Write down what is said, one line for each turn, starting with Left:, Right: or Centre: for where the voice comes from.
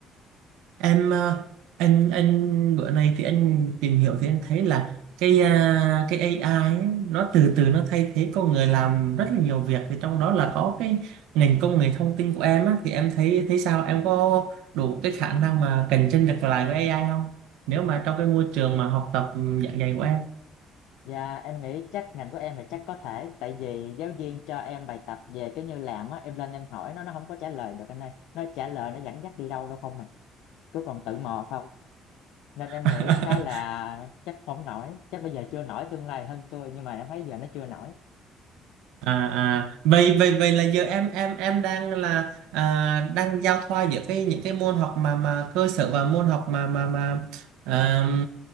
Right: em ờ, anh anh bữa nay thì anh tìm hiểu thì anh thấy là cái à, cái AI ấy, nó từ từ nó thay thế con người làm rất là nhiều việc thì trong đó là có cái ngành công nghệ thông tin của em á thì em thấy thấy sao em có đủ cái khả năng mà cạnh tranh được lại với AI không nếu mà trong cái môi trường mà học tập ừ, dạng ngày của em
Left: và em nghĩ chắc ngành của em thì chắc có thể tại vì giáo viên cho em bài tập về cái như làm á em lên em hỏi nó nó không có trả lời được anh ơi nó trả lời nó dẫn dắt đi đâu đâu không mà cứ còn tự mò thôi nên em
Right: <laughs>
Left: nghĩ khá là chắc không nổi chắc bây giờ chưa nổi tương lai hơn xui nhưng mà em thấy giờ nó chưa nổi
Right: à, à vậy vậy vậy là giờ em em em đang là à, đang giao thoa giữa cái những cái môn học mà mà cơ sở và môn học mà mà mà à,